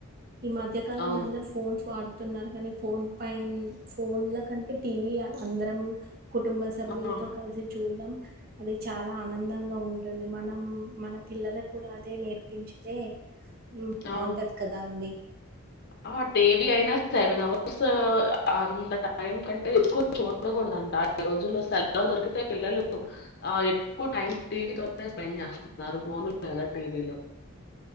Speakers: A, on the right (about 45°); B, on the left (about 50°).
A: ఈ మధ్య కాలంలో
B: అవును.
A: అందరు ఫోన్స్ వాడుతున్నారు కానీ ఫోన్ పైన్ ఫోన్లో కంటే టీవీ అందరం కుటుంబ సభ్యులతో
B: ఆ!
A: కలిసి చూడం అది చాలా ఆనందంగా ఉంటుంది మనం మన పిల్లలకు కూడా అదే నేర్పించితే యూ బాగుంటది
B: ఆ!
A: కదా అండి
B: ఆ టీవ్ వీ అయినా సెవెన్ అవర్స్ అంత టైం కంటే ఎక్కువ చూడకూడదంట ఈ రోజులు సెలవు దొరికితే పిల్లలు ఆ ఎక్కువ టైం టీవీ తోనే స్పెండ్ చేస్తున్నారు ఫోన్లు లేదా టీవీలో